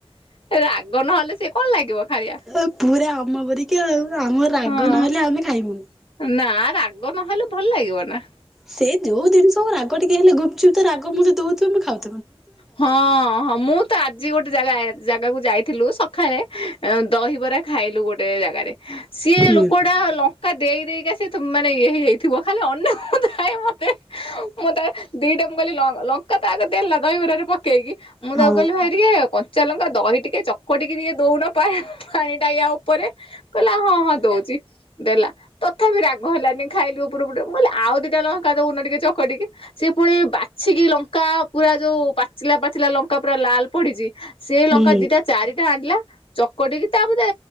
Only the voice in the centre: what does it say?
ଆଉ ପୁରା ଅମ ପରିକା ଆଉ ଆମ ରାଗ
ନହେଲେ ଆମେ ଖାଇବୁନି।
ସେ ଯୋଉ ଜିନ୍ଷ ହଉ ରାଗ ଟିକେ ହେଲେ ଗୁପ୍ଚୁପ୍ ରାଗ ମୁ ଦଉଥିବେ ମୁଁ ଖାଉ
ହୁଁ।
ହଁ
ହୁଁ।